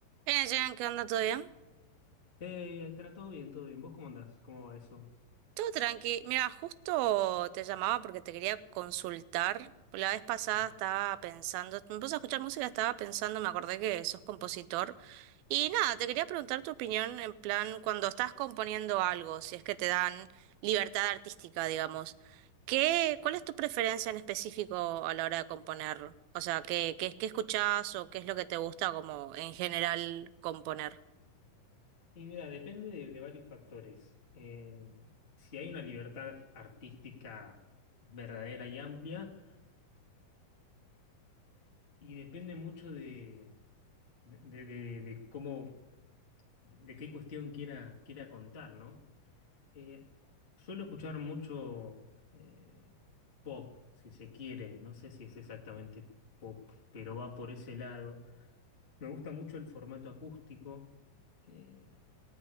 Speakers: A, on the right; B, on the left.
A: Bien, Jen, ¿qué onda? ¿Todo bien?
B: Hey, ahí está todo bien, todo bien. ¿Vos cómo andás? ¿Cómo va eso?
A: Todo tranqui. Mira, justo te llamaba porque te quería consultar. La vez pasada
B: Mira,
A: estaba pensando, me puse a escuchar música, estaba pensando, me acordé que sos compositor. Y nada, te quería preguntar tu opinión en plan, cuando estás componiendo algo, si es que te dan libertad artística, digamos. ¿Qué, cuál es tu preferencia en específico a la hora de componer? O sea, ¿qué, qué, qué escuchás o qué es lo que te gusta como en general componer?
B: Y mira, depende de, de varios factores. Eh, si hay una libertad artística verdadera y amplia, y depende mucho de, de, de- de cómo, de qué cuestión quiera, quiera contar, ¿no? Eh, suelo escuchar mucho eh, pop, si se quiere. No sé si es exactamente pop, pero va por ese lado Me gusta mucho el formato acústico, eh,